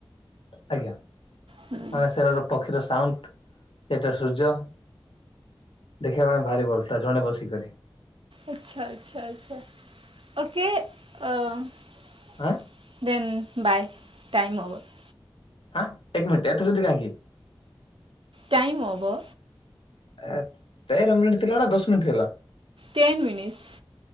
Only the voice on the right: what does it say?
ହୁଁ
ଆଚ୍ଛା ଆଚ୍ଛା ଆଚ୍ଛା ଓକେ ଅ <inaudible>
ଦେନ୍ ବାଏ। Time over. <inaudible>
ଟାଇମ୍ ଓଭ।
Ten minutes.